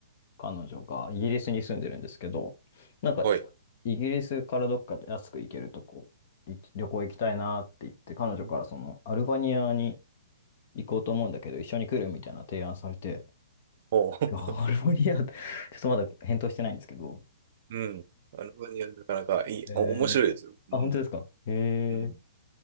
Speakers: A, on the left; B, on the right.
A: 彼女がイギリスに住んでるんですけど、なんか
B: はい。
A: イギリスからどっか安く行けるとこ、い旅行行きたいなって言って、彼女からそのアルバニアに
B: うん
A: 行こうと思うんだけど、一緒に来るみたいな提案されて、
B: おう。<laughs>
A: いや、アルバニアって <laughs> ちょっとまだ返答してないんですけど、
B: うん。あの、なかなかいい、
A: えー、
B: お、面白いですよ。うん。
A: あ、本当ですかへ
B: うん。
A: え